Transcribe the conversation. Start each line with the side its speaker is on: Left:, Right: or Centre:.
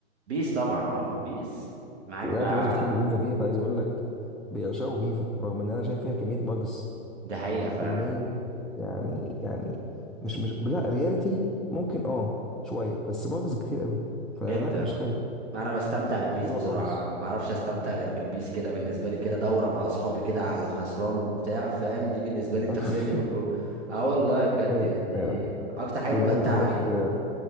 Right: بيس طبعا اه بيس معاك
Centre: لا
Right: بقى
Centre: في ناس بتحب فيفا ديت عايز اقول لك بيعشقوا فيفا رغم ان انا شايف فيها كميه باجز
Right: دي حقيقة فعلا
Centre: كميه يعني يعني مش مش لا رياليتي ممكن اه شويه بس باجز كتير قوي فلا
Right: جدا
Centre: مش حابب
Right: انا بستمتع بالبيس
Centre: مش حاببها
Right: بصراحة
Centre: خالص
Right: ما اعرفش استمتع غير بالبيس كده بالنسبة لي كده دورة مع اصحابي كده على الخسران بتاع فاهم دي بالنسبة لي بتغسلني
Centre: <laughs>
Right: من جوه اه والله بجد
Centre: ايوه
Right: يعني دي
Centre: فعلا
Right: اكتر حاجة
Centre: بما
Right: بتمتعني
Centre: ان انت فتحت